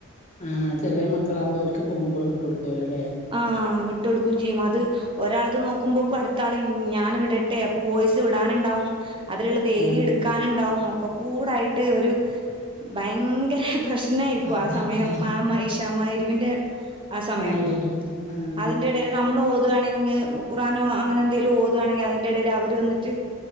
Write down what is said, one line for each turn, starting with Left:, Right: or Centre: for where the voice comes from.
Left: ആഹ് ചെറിയ മക്കളാകുമ്പോ അവർക്ക് ഫോണിക്കൂടെ വിട്ട് കൊടുക്കുവല്ലോല്ലേ
Right: ആഹ് വിട്ടൊടുക്കയും ചെയ്യും അത് ഒരാളത് നോക്കുമ്പോക്ക അടുത്ത ആള് ഞാൻ വിടട്ടെ അപ്പൊ വോയിസ് വിടാനുണ്ടാവും അതിലുള്ളത് എഴുതി
Left: ആഹ്
Right: എടുക്കാനുണ്ടാവും ഓക്കകൂടായിട്ട് ഒരു ഭയങ്കര പ്രശ്നായിരിക്കും
Left: അതേണ്ല്ലേ
Right: ആഹ് സമയം <unintelligible> എരിവിന്റെ ആഹ് സമയം
Left: എടേല് ആഹ്
Right: അതിന്റെ ഇടയിൽ നമ്മ നമ്മള് ഓുകയാണെങ്കിൽ ഓതുകയാണങ്കിൽ കുറാനോ അങ്ങനെന്തേലും ഓതുകയാണങ്കിൽ അതിന്റെ ഇടയിൽ അവര് വന്നിറ്റ്